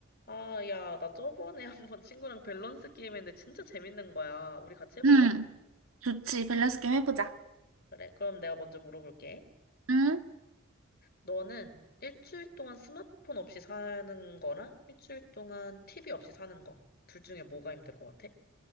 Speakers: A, on the left; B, on the right.
A: 아, 야, 나 저번에 <laughs> 한번 친구랑 밸런스 게임 했는데 진짜 재밌는 거야. 우리 같이 해볼래?
B: 응, 좋지. 밸런스 게임 해보자.
A: 그래, 그럼 내가 먼저 물어볼게.
B: 응?
A: 너는 일주일 동안 스마트폰 없이 사는 거랑 일주일 동안 TV 없이 사는 거. 둘 중에 뭐가 힘들 것 같아?